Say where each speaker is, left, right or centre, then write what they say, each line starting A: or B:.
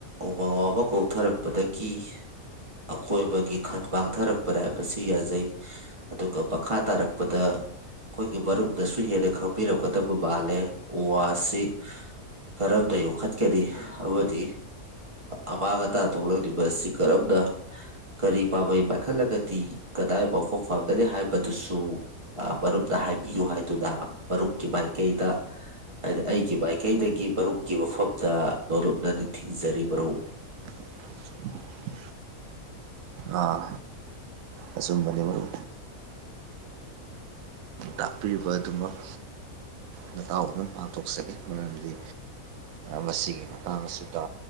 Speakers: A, on the right; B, on the right.
A: ꯎꯃꯪ ꯋꯥꯕ ꯀꯣꯛꯊꯔꯛꯄꯗꯒꯤ ꯑꯀꯣꯏꯕꯒꯤ ꯈ ꯃꯥꯡꯊꯔꯛꯄꯅꯦ ꯍꯥꯏꯕꯁꯤ ꯌꯥꯖꯩ ꯑꯗꯨꯒ ꯃꯈꯥ ꯇꯥꯔꯛꯄꯗ ꯑꯩꯈꯣꯏꯒꯤ ꯃꯔꯨꯝꯗꯁꯨ ꯍꯦꯟꯅ ꯈꯪꯕꯤꯔꯝꯀꯗꯕ ꯃꯥꯜꯂꯦ ꯎ ꯋꯥꯁꯤ ꯈꯔꯝꯗ ꯌꯣꯛꯈꯠꯀꯅꯤ ꯍꯥꯏꯕꯗꯤ ꯑꯃꯥꯡ ꯑꯇꯥ ꯊꯣꯛꯂꯛꯂꯤꯕ ꯑꯁꯤ ꯀꯔꯝꯅ ꯀꯔꯤ ꯄꯥꯝꯕꯩ ꯄꯥꯏꯈꯠꯂꯒꯗꯤ ꯀꯗꯥꯏ ꯐꯥꯎꯕ ꯐ ꯀꯅꯤ ꯍꯥꯏꯕꯗꯨꯁꯨ ꯃꯔꯨꯞꯇ ꯍꯥꯏꯕꯤꯌꯨ ꯍꯥꯏꯗꯨꯅ ꯃꯔꯨꯞꯀꯤ ꯃꯥꯏꯀꯩꯗ ꯍꯥꯏꯗꯤ ꯑꯩꯒꯤ ꯃꯥꯏꯀꯩꯗꯒꯤ ꯃꯔꯨꯞꯀꯤ ꯃꯐꯝꯗ ꯅꯣꯂꯨꯞꯅ ꯅꯤꯡꯊꯁꯤꯡꯖꯔꯤ ꯃꯔꯨꯞ
B: <inaudible> <unintelligible> ꯑꯥ ꯑꯁꯨꯨꯝꯕꯅꯤ ꯃꯔ ꯇꯥꯛꯄꯤꯔꯤꯕ ꯑꯗꯨꯃꯛ ꯃꯇꯇꯥꯎ ꯑꯗꯨꯝ ꯄꯥꯡꯊꯣꯛꯆꯈꯤ ꯃꯔꯝꯗꯤ ꯃꯁꯤꯒꯤ ꯃꯇꯥꯡꯁꯤꯗ